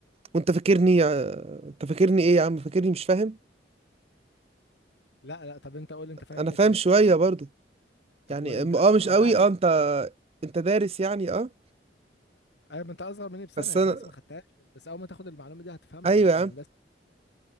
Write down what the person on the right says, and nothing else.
وانت فاكرني آه، انت فاكرني ايه يا عم فاكرني مش فاهم
انا
فاهم
شويه برضو
يعني
م-
اه مش قوي
اه
انت انت دارس يعني اه
بس
انا
ايوه
يا
عم